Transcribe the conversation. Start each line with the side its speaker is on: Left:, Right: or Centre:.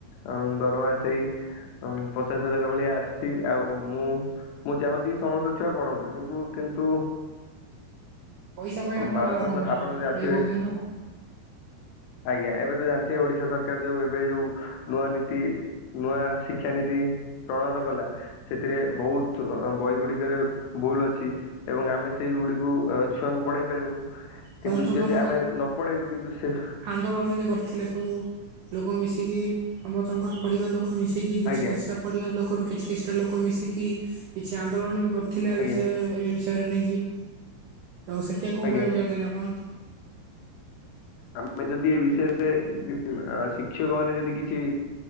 Left: ଆ ଦରମା ସେଇ ପଚାଶ ହଜାର ଭଳିଆ ଆସିଛି ଆଉ ମୁଁ ମୁଁ ଚାହୁଁଛି ସମସ୍ତେ ଛୁଆ ପଢନ୍ତୁ କିନ୍ତୁ କିନ୍ତୁ
Right: ପଇସା ପାଇଁ ଆପଣ
Left: ଭାରତ
Right: କାମ କରୁନାହାନ୍ତି
Left: ଆପଣ ତ ଜାଣିଥିବେ
Right: କିଏ କହୁଛନ୍ତି ଆ
Left: ଆଜ୍ଞା ଏବେ ତ ଜାଣିଥିବେ ଓଡିଶା ସରକାର ଯୋଉ ଏବେ ଯୋଉ ନୂଆ ନୀତି ନୂଆ ଶିକ୍ଷାନୀତି ପ୍ରଣୟନ କଲା ସେଥିରେ ବହୁତ ଅଁ ବହି ଗୁଡିକରେ ଭୁଲ ଅଛି ଏବଂ ଆମେ ସେଇ ଗୁଡିକୁ ଆ ଛୁଆଙ୍କୁ ପଢେଇ ପାରିବୁନୁ
Right: ସଂଶୋଧନ
Left: କିନ୍ତୁ ଯଦି ଆମେ ନ ପଢେଇବୁ କିନ୍ତୁ ସେ
Right: ରଣନୀତି କରିଥିଲେ ସବୁ ଲୋକ ମିଶିକି ସମସ୍ତଙ୍କର ପରିବାର ଲୋ ଲୋକ ମିଶିକି କିଛି
Left: ଆଜ୍ଞା
Right: କିଛିଟା ପରିବା ର ଲୋକରୁ କିଛି କିଛିଟା ଲୋକ ମିଶିକି କିଛି ଆନ୍ଦୋଳନ ବି କର ଥିଲା ଏ
Left: ଆଜ୍ଞା
Right: ବିଷୟରେ ଏ ବିଷୟରେ ନେଇକି ତ ସେଥି ଆଉ କଣ
Left: ଆଜ୍ଞା
Right: କହିବାକୁ ଚାଉଛନ୍ତି ଆପଣ?
Left: ଆମେ ଯଦି ଏ ବିଷୟରେ ଶିକ୍ଷକ ମାନେ ଯଦି କିଛି